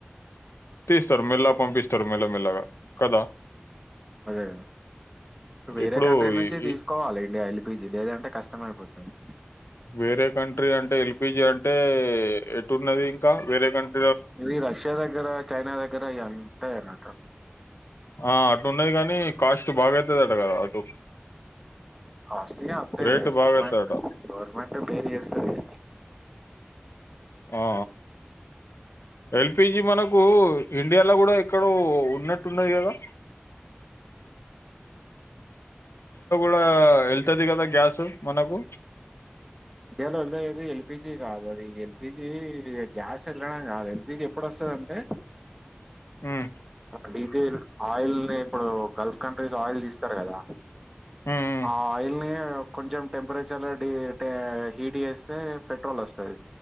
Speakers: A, on the left (about 80°); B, in the centre.
A: తీస్తారు మెల్లగా పంపిస్తారు మెల్లమెెల్లగా కదా
B: అదే వేరే
A: ఇప్పుడు
B: కంట్రీ నుంచి
A: ఈ- ఈ
B: తీసుకోవాలి ఇండియా ఎల్పిజీ లేదంటే కష్టమైపోతుంది
A: వేరే కంట్రీ అంటే ఎల్పిజీ అంటే ఎటున్నది ఇంకా వేరే కంట్రీ
B: ఇవి రష్యా దగ్గర చైనా దగ్గర ఇ ఉంటాయిన్న
A: ఆ అటున్నది కాని కాస్ట్ బాగావుతుదిట కదా అటు
B: అస్ట్లుగా అంతే
A: రేటు
B: గవర్నమెంట్
A: బాగా అయితదట
B: గవర్నమెంట్ బేర ఎస్తది
A: ఆ ఎల్పిజి మనకు ఇండియాలో కూడా ఎక్కడో ఉన్నట్టున్నది కదా ఇ వెళ్తుది కదా గ్యాస్ మనకు
B: ఇయ్యాల లొల్లి అయింది పిజి కాదు అది ఈ ఎల్పిజి గ్యాస్ ఎల్నే నా గాల్ అది మీది ఎప్పుడోస్తాదంటే
A: హ్మ్మ్
B: డీజిల్ ఆయిల్ ని ఇప్పుడు గల్ఫ్ కంట్రీస్ ఆయిల్ తీస్తారు గదా
A: ఉమ్
B: ఆ ఆయిల్ ని కొంచెం టెంపరేచర్లో డీల్ టే హిట్ చేస్తే పెట్రోల్ వస్తది,